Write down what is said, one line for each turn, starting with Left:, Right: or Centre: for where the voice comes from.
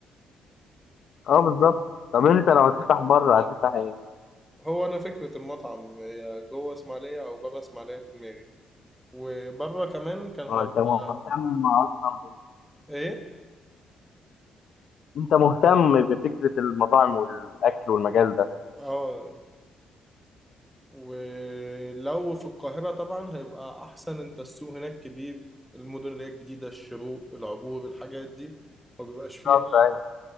Left: أه بالظبط طب أنت لو هتفتح بره هتفتح إيه؟
Centre: هو انا فكرة المطعم هي جوه اسماعيلية او بره اسماعيلية في دماغي وبره كمان كان
Left: أه
Centre: هيبقى
Left: أنت مهتم أصلا بال...
Centre: ايه
Left: أنت مهتم بفكرة المطاعم والأكل والمجال ده
Centre: اه ولو في القاهرة طبعا هيبقى احسن انت السوق هناك كبير المدن اللي هي الجديدة الشروق العبور الحاجات دي ما بيبقاش فيها
Left: بالظبط أيوه